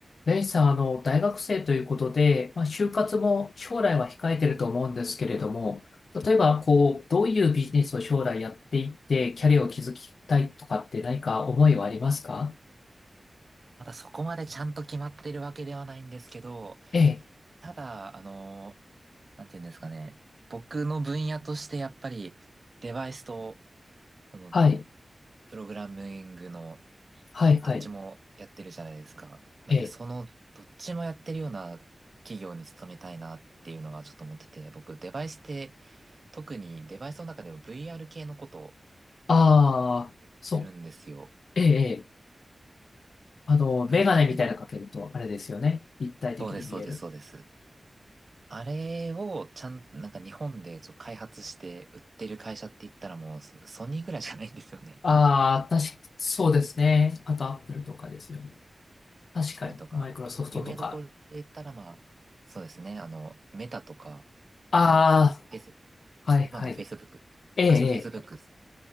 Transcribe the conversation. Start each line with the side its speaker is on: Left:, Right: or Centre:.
Left: レイさん、あの、大学生ということで、まあ、就活も将来は控えてると思うんですけれども、例えば、こう、どういうビジネスを将来やっていって、キャリアを築きたいとかって何か思いはありますか
Right: まだそこまでちゃんと決まってるわけではないんですけど、
Left: ええ、
Right: ただ、あの、なんて言うんですかね。僕の分野としてやっぱりデバイスと、あの、
Left: はい、
Right: プログラミングの
Left: はい、はい、
Right: どっちもやってるじゃないですか。なんでそのどっちもやってるような企業に勤めたいなっていうのがちょっと思ってて、
Left: ええ。
Right: 僕デバイスって特にデバイスの中でも VR 系のことをや
Left: ああ、
Right: ってるんですよ。
Left: そう、ええ、ええあの、
Right: で VR、
Left: メガネみたいなのかけると、あれですよね。立体的に見える。
Right: そうです、そうです、そうです。あれをちゃん、なんか日本でそう開発して売ってる会社って言ったらもうソソニーぐらいじゃないんですよね。
Left: ああ、確か、そうですね。あと、アップルとかですよね。
Right: <laughs>
Left: 確かに、
Right: それとか、
Left: マイクロソフトとか。
Right: 有名どころで言ったらまあ、そうですね、あの、メタとか、
Left: あ
Right: あと、フェイス、
Left: あ、はい、はい。
Right: 今の Facebook、昔の
Left: ええ、ええ
Right: Facebook